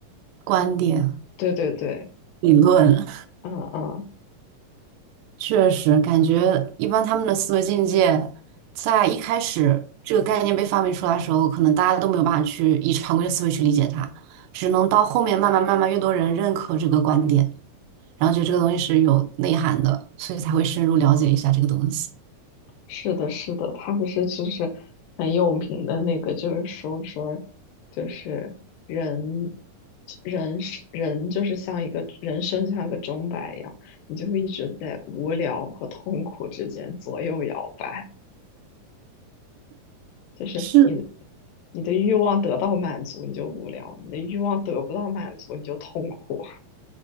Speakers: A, on the right; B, on the left.
A: 观点
B: 对对对，
A: 理论。
B: 嗯嗯，
A: 确实，感觉一般他们的思维境界，在一开始这个概念被发明出来的时候，可能大家都没有办法去以常规的思维去理解它，只能到后面慢慢慢慢越多人认可这个观点，然后觉得这个东西是有内涵的，所以才会深入了解一下这个东西。
B: 是的，是的，他不是就是很有名的那个，就是说说就是人。人是人，就是像一个人生，就像个钟摆一样，你就会一直在无聊和痛苦之间左右摇摆。就是你的
A: 是，
B: 你的欲望得到满足，你就无聊；你的欲望得不到满足，你就痛苦。